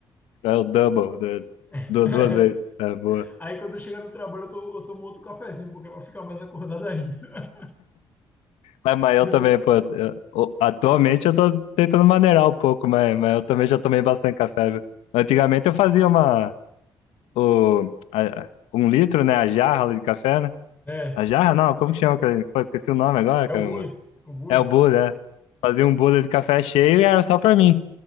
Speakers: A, on the left (about 80°); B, on the left (about 15°).
A: é o double, né?
B: <laughs>
A: Du- duas vezes. É, boa.
B: Aí quando eu chegar no trabalho, eu, to- eu tomo outro cafezinho, porque vai ficar mais acordado ainda. <laughs>
A: Mas, mas eu
B: Entendeu?
A: também,
B: assim?
A: pô, eu- o- atualmente eu tô tentando maneirar um pouco, mas, mas eu também já tomei bastante café, viu? Antigamente eu fazia uma. o, a- a- um litro, né? A jarra de café, né?
B: É,
A: A jarra não, como que chama? aquele- Pô, esqueci o nome agora,
B: é
A: caramba.
B: o bullying. O bullying.
A: É o bolha, é. Fazia um bolha de café cheio e era só pra mim.